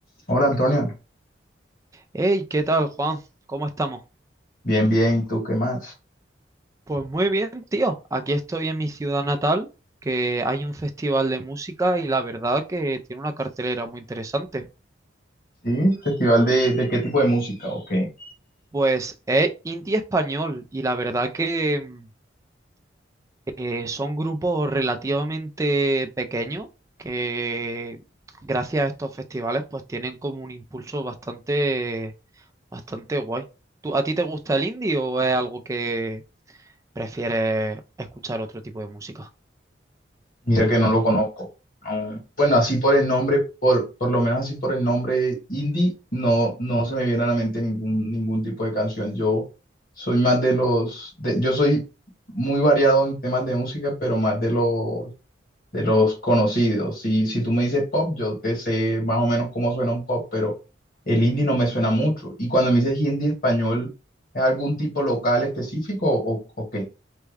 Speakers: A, on the left (about 50°); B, on the right (about 15°).
A: Hola Antonio,
B: Hey, ¿qué tal, Juan? ¿Cómo estamos?
A: bien, bien, ¿y tú qué más?
B: Pues muy bien, tío. Aquí estoy en mi ciudad natal, que hay un festival de música y la verdad que tiene una cartelera muy interesante.
A: Sí, festival de, de qué tipo de música o qué?
B: Pues es indie español y la verdad que mm, eh, son grupos relativamente pequeños que gracias a estos festivales pues tienen como un impulso bastante, bastante guay. ¿Tú, a ti te gusta el indie o es algo que prefieres escuchar otro tipo de música?
A: Mira que no lo conozco. No, Bueno, así por el nombre, por, por lo menos así por el nombre indie, no, no se me viene a la mente ningún, ningún tipo de canción. Yo soy más de los, de- yo soy muy variado en temas de música, pero más de los de los conocidos. Si, si tú me dices pop, yo te sé más o menos cómo suena un pop, pero el indie no me suena mucho. Y cuando me dices indie español, ¿es algún tipo local específico o, o qué?